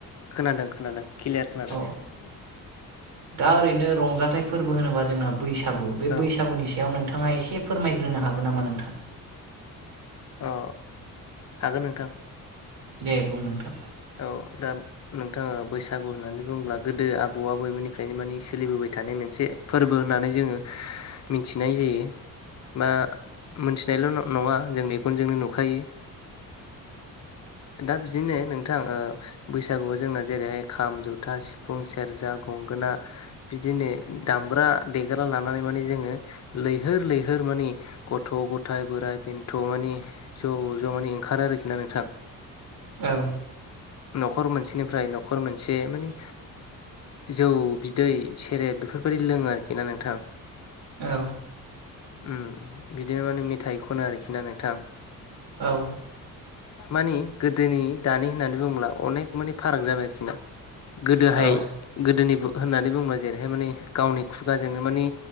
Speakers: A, on the left (about 45°); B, on the right (about 80°).
A: खोनादों खोनादों क्लियार खोनादों।
B: औ
A: <inaudible>
B: दा ओरैनो रंजाथाइ फोरबो होनोबा जोंना बैसागु बे
A: औ
B: बैसागुनि सायाव नों थाङा एसे फोरमायग्रोनो हागोन नामा नोंथां?
A: अ हागोन नोंथां।
B: दे बुं नोंथां।
A: औ दा नोंथाङा बैसागु होननानै बुङोब्ला गोदो आबौ आबैनिफ्रायनो माने सोलिबोबाय थानाय मोनसे फोरबो होननानै जोङो मिथिनाय जायो‌। बा मोनथिनायल' नङा जों मेगनजोंनो नुखायो दा बिदिनो नों थां बैसागुआव जोंना जेरैहाय खाम जथा सिफुं सेरजा गंगोना बिदि बिदिनो दामग्रा देग्रा लानानै माने जोङो लैहोर लैहोर माने गथ' ग थाय बोराइ बेन्थ' मानि ज' ज' माने ओंखारो आरोखि ना नोंथां।
B: औ
A: न'खर मोनसेनिफ्राय न'खर मोनसे माने जौ बिदै सेरेब बेफोरबायदि लोङो आरोखि ना नोंथां।
B: औ
A: उम बिदिनो माने मेथाइ खनो आरोखि ना नोंथां।
B: औ
A: मानि गोदोनि दानि होननानै बुङोब्ला अनेक मानि फाराग जाबाय आरोखि ना। गोदोहाय
B: औ
A: गोदोनिबो होननानै बुंबाय जेरैहाय माने गावनि खुगाजोंनो मानिे